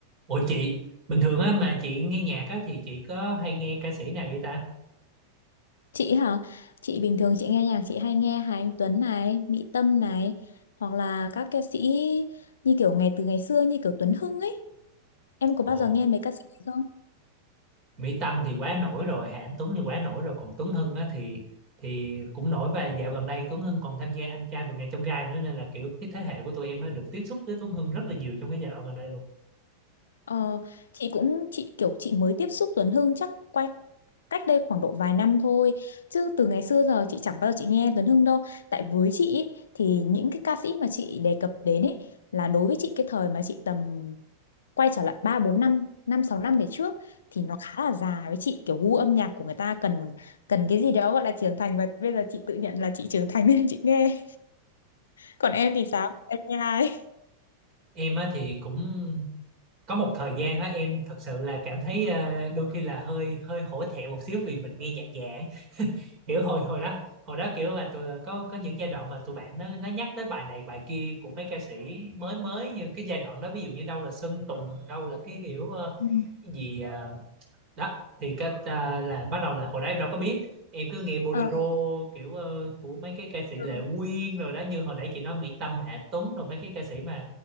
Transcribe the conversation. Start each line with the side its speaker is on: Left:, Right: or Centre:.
Right: Ủa chị bình thường á mà chị nghe nhạc á thì chị có hay nghe ca sĩ nào vậy ta?
Left: Chị hả? Chị bình thường chị nghe nhạc chị hay nghe Hà Anh Tuấn này, Mỹ Tâm này hoặc là các ca sĩ như kiểu ngày từ ngày xưa như kiểu Tuấn Hưng ấy. Em có
Right: Ồ,
Left: bao giờ nghe mấy ca sĩ này không?
Right: Mỹ Tâm thì quá nổi rồi, Hà Anh Tuấn thì quá nổi rồi, còn Tuấn Hưng á thì thì cũng nổi và dạo gần đây Tuấn Hưng còn tham gia Anh trai vượt ngàn chông gai nữa nên là kiểu cái thế hệ của tụi em á được tiếp xúc với Tuấn Hưng rất là nhiều trong cái giai đoạn gần đây luôn.
Left: Ờ, chị cũng chị kiểu chị mới tiếp xúc Tuấn Hưng chắc quay cách đây khoảng độ vài năm thôi chứ từ ngày xưa giờ chị chẳng bao giờ chị nghe Tuấn Hưng đâu. Tại với chị ý, thì những cái ca sĩ mà chị đề cập đến ấy là đối với chị cái thời mà chị tầm quay trở lại 3 4 năm, 5 6 năm về trước thì nó khá là dài với chị, kiểu gu âm nhạc của người ta cần cần cái gì đó gọi là trưởng thành và bây giờ chị tự nhận là chị trưởng thành <laughs> nên chị nghe. Còn em thì sao? Em nghe ai?
Right: Em á thì cũng có một thời gian á em thật sự là cảm thấy ờ, đôi khi là hơi hơi hổ thẹn một xíu vì mình nghe nhạc già kiểu hồi hồi đó hồi đó kiểu là tụi có có những giai đoạn mà tụi bạn nó nó nhắc tới bài này bài kia của mấy ca sĩ mới mới như cái giai đoạn đó ví dụ như đâu là Sơn Tùng đâu là cái kiểu ờ,
Left: Ừ.
Right: cái gì ờ, đó thì cái ờ, là bắt đầu là hồi đó em đâu có biết em cứ nghe bolero
Left: Ờ,
Right: kiểu ờ, của mấy cái ca sĩ Lệ
Left: ừ,
Right: Quyên rồi đó như hồi nãy chị nói Mỹ Tâm Hạ Tuấn rồi mấy cái ca sĩ mà